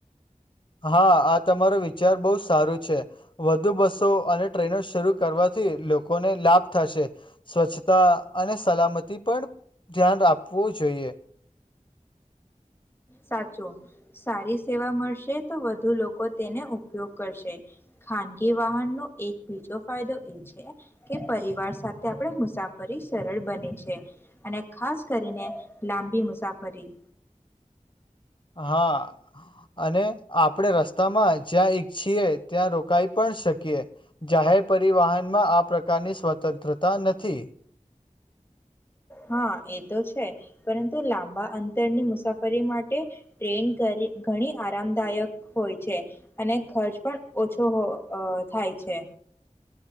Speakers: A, on the left (about 40°); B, on the left (about 15°).
A: હા આ આ તમારો વિચાર બહુ સારો છે. વધુ બસો અને ટ્રેનો શરૂ કરવાથી લોકોને લાભ થશે, સ્વચ્છતા અને સલામતી પણ ધ્યાન રાવું જોઈએ.
B: સાચો સારી સેવા મળશે તો વધુ લોકો તેને ઉપયોગ કરશે ખાનગી વાહનનો એક બીજો ફાયદો એ છે કે પરિવાર સાથે આપણે મુસાફરી સરળ બને છે અને ખાસ કરીને લાંબી મુસાફરી
A: હા અને આપણે રસ્તામાં જ્યાં ઈચ્છીએ ત્યાં રોકાઈ પણ શકીએ જાહેર પરિવહનમાં આ પ્રકારની સ્વતંત્રતા નથી.
B: હા એ તો છે પરંતુ લાંબા અંતરની મુસાફરી માટે ટ્રેન ઘણી આરામદાયક હોય છે અને ખર્ચ પણ ઓછો થાય છે.